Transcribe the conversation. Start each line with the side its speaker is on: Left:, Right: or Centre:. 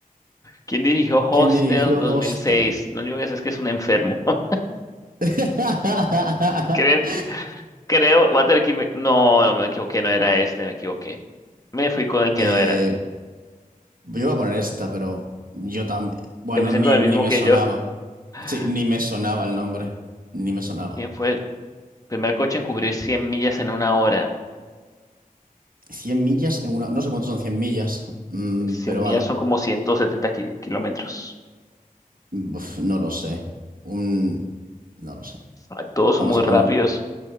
Left: ¿Quién dirigió Hostel
Right: ¿Quién dirigió
Left: 2006?
Right: Hostel?
Left: Lo único que sé es que es un enfermo. <laughs>
Right: <laughs>
Left: Creo, creo, voy a tener que... irme- No, no, me equivoqué, no era este, me equivoqué. Me fui con el que
Right: Eh,
Left: no era.
Right: yo iba a poner esta, pero yo también. Bueno,
Left: Te fuiste
Right: ni,
Left: con el
Right: ni
Left: mismo
Right: me
Left: que
Right: sonaba.
Left: yo. <laughs>
Right: Sí, ni me sonaba el nombre. Ni me sonaba.
Left: ¿Quién fue el primer coche en cubrir 100 millas en una hora?
Right: Cien millas en una. No sé cuántos son cien millas, Mm,
Left: 100
Right: pero
Left: millas
Right: vale.
Left: son como 170 ki- kilómetros.
Right: Uf, no lo sé. Un. No lo sé.
Left: Ay, Todos
Right: Vamos
Left: son muy
Right: a
Left: rápidos.
Right: poner.